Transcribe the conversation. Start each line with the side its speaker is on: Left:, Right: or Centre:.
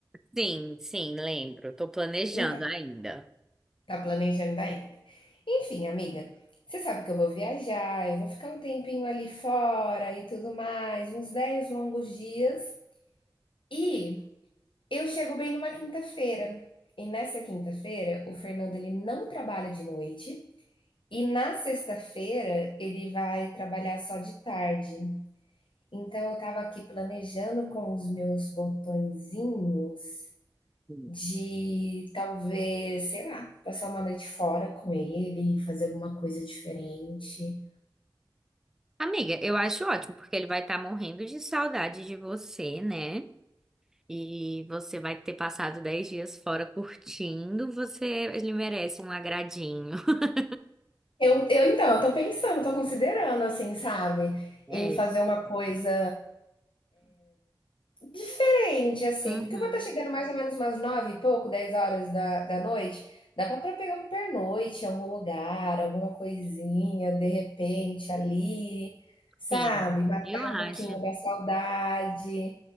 Centre: Sim, sim, lembro. Tô planejando
Left: Então,
Centre: ainda.
Left: tá planejando ainda. Enfim, amiga, você sabe que eu vou viajar, eu vou ficar um tempinho ali fora e tudo mais, uns 10 longos dias. E eu chego bem numa quinta-feira. E nessa quinta-feira, o Fernando ele não trabalha de noite. E na sexta-feira ele vai trabalhar só de tarde. Então eu estava aqui planejando com os meus botõezinhos
Centre: Sim.
Left: de talvez, sei lá, passar uma noite fora com ele, fazer alguma coisa diferente.
Centre: Amiga, eu acho ótimo, porque ele vai estar morrendo de saudade de você, né? E você vai ter passado 10 dias fora curtindo, você, ele merece um agradinho. <laughs>
Left: Eu, eu então, eu tô pensando, tô considerando, assim, sabe?
Centre: É.
Left: Em fazer uma coisa Diferente, assim,
Centre: Uhum,
Left: porque eu vou estar chegando mais ou menos umas 9 e pouco, 10 horas da, da noite. Dá pra pra pegar um pernoite em algum lugar, alguma coisinha, de repente, ali, sabe?
Centre: sim,
Left: Matar
Centre: eu acho.
Left: um pouquinho da saudade.